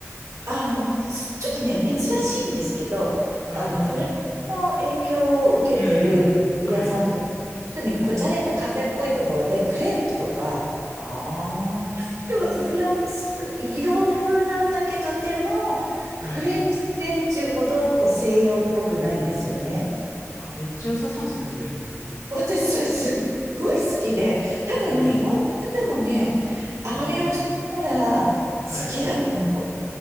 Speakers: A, on the right (about 75°); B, on the left (about 80°).
A: あの、すちょっとね、珍しいんですけど、
B: はいはい。
A: あの、フランスの影響を受けてる料理屋さんとか、
B: うん。はい。
A: ちょっとね、こじゃれたカフェっぽいところで、クレープとか、
B: あ
A: ちょっとフランス、洋風なんだけど、でも、
B: あ。
A: フレンチ、
B: はい。
A: フレンチほど、こう、西洋っぽくないんですよね。
B: あ、めっちゃ良さそうですね、それ。
A: 私、それすっごい好きで、多分日本の方もね、
B: はい。
A: あれをしたら好
B: いい、いい。はい。
A: きだと思
B: い